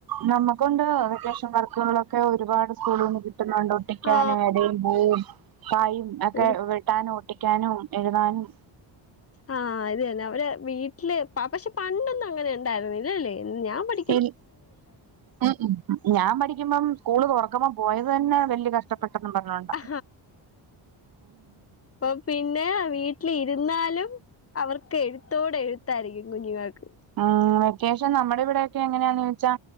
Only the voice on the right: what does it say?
നമ്മക്കുണ്ട് വക്കേഷൻ വർക്കുകളൊക്കെ ഒരുപാട് സ്കൂളിൽ നിന്ന് കിട്ടുന്നുണ്ട് ഒട്ടിക്കാനും
ഇടയും പൂവും കായും ഒക്കെ
വെ ട്ടാനും ഒട്ടിക്കാനും എഴുതാനും
ഇൽ ഉം ഞാൻ പഠിക്കുമ്പം സ്കൂള് തൊറ ക്കുമ്പം പോയത് തന്നെ വല്ല്യ കഷ്ടപ്പെട്ടന്നും പറഞ്ഞോണ്ട
ഉം വെക്കേഷൻ നമ്മുടെ ഇവിടെൊക്കെ എങ്ങനെയാന്ന് ചോദിച്ചാ